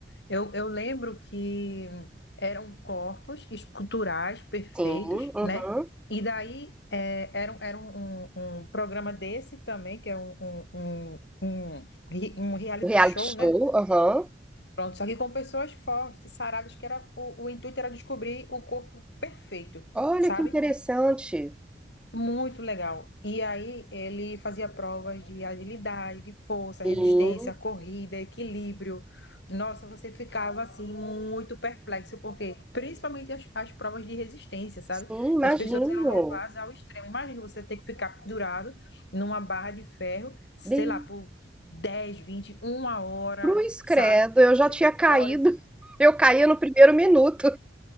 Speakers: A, on the left (about 75°); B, in the centre.
A: Eu, eu lembro que eram corpos esculturais perfeitos,
B: Sim, uhum.
A: né? E daí é, era, um- era um, um, um programa desse também, que é um, um, um, um, re- um reality
B: O Reality
A: show, né?
B: show, aham.
A: Pronto, só que com pessoas fortes, saradas, que era o, o intuito era descobrir o corpo perfeito,
B: Olha
A: sabe?
B: que interessante.
A: Muito legal. E aí ele fazia provas de agilidade, de força,
B: Sim,
A: resistência, corrida, equilíbrio. Nossa, você ficava assim muito perplexo, porque principalmente as, as provas de resistência, sabe?
B: sim, imagino.
A: Que as pessoas eram levadas ao extremo. Imagina você ter que ficar pendurado numa barra de ferro, sei
B: Bem,
A: lá, por dez vinte uma hora,
B: cruz credo,
A: sabe?
B: eu já
A: seis
B: tinha caído.
A: horas. É
B: <laughs> Eu caía no primeiro minuto.